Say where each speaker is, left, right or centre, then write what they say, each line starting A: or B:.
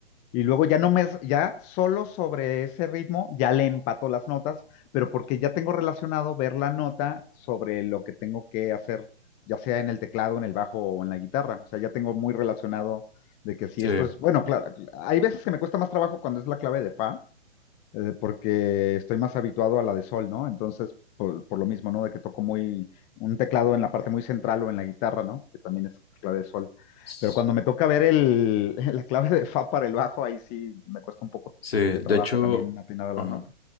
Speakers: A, on the left (about 20°); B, on the left (about 65°).
A: y luego ya no me, ya solo sobre ese ritmo ya le empato las notas, pero porque ya tengo relacionado ver la nota sobre lo que tengo que hacer, ya sea en el teclado, en el bajo o en la guitarra. O sea, ya tengo muy relacionado de que si
B: Sí,
A: esto es, bueno, claro, hay veces que me cuesta más trabajo cuando es la clave de fa, eh, porque estoy más habituado a la de sol, ¿no? Entonces, por, por lo mismo, ¿no? De que toco muy un teclado en la parte muy central o en la guitarra, ¿no? Que también es clave de sol.
B: s-
A: Pero cuando me toca ver el, <laughs> la clave de fa para el bajo, ahí sí me cuesta un poco
B: sí,
A: de trabajo
B: de hecho,
A: también atinar a
B: ajá,
A: la nota.